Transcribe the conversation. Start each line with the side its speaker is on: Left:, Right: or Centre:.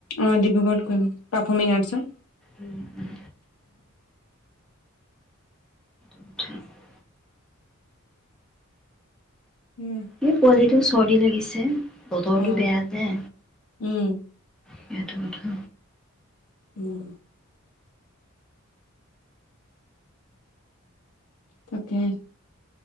Left: অ ডিব্ৰুগড়ত কৰিব পাৰফমিং আৰ্টছৰ
Centre: উম উম এই
Left: উম,
Centre: কি পোৱালি টো চৰ্দি লাগিছে বতৰটো
Left: অ
Centre: বেয়া যে
Left: উম
Centre: সেইটো কথা।
Left: উম তাকে